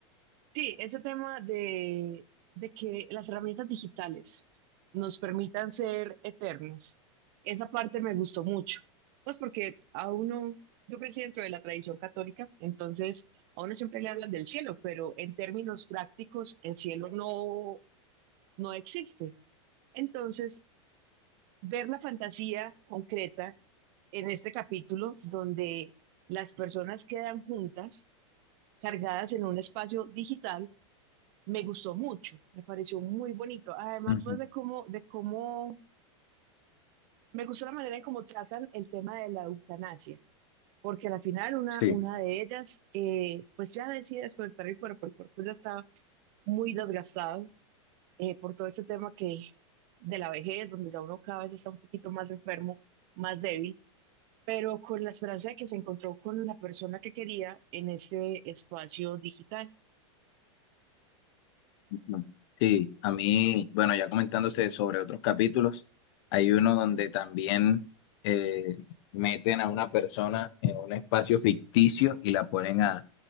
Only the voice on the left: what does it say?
Ujú.
Sí.
Ujú. Sí, a mí, bueno, ya comentándose sobre otros capítulos, hay uno donde también eh, meten a una persona en un espacio ficticio y la ponen a,